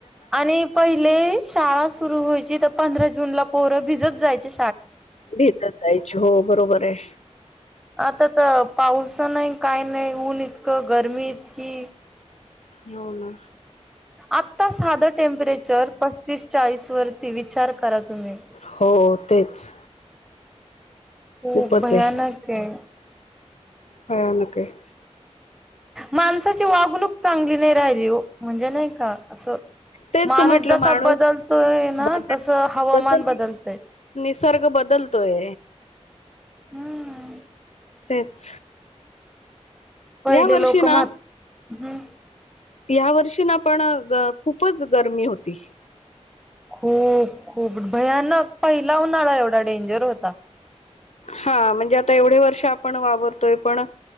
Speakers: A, in the centre; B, on the left.
A: आणि पहिले शाळा सुरू व्हायची तर पंधरा जूनला पोर भिजत जायची
B: भेतत जायची हो बरोबर आहे
A: आता तर पावस नाही काही नाही ऊन इतकं गर्मी इतकी
B: हो ना
A: आत्ता साधं टेम्परेचर पस्तीस चाळीस वरती विचार करा तुम्ही
B: हो तेच
A: खूप
B: खूपच
A: भयानक
B: आहे
A: आहे.
B: भयानक आहे
A: माणसाची वागणूक चांगली नाही राहिली हो म्हणजे नाही का असं
B: तेच
A: माणूस
B: म्हटलं
A: जसा
B: माणूस
A: बदलतोय ना
B: बदल
A: तस हवामान
B: जस
A: बदलतय
B: निसर्ग बदलतोय
A: हम्म
B: तेच
A: पहिले
B: या वर्षी
A: लोक म्हात
B: ना
A: हम्म.
B: या वर्षी ना पण खूपच गरमी होती
A: खूप खूप भयानक पहिला उन्हाळा एवढा डेंजर होता
B: हा म्हणजे आता एवढे वर्ष आपण वावरतोय पण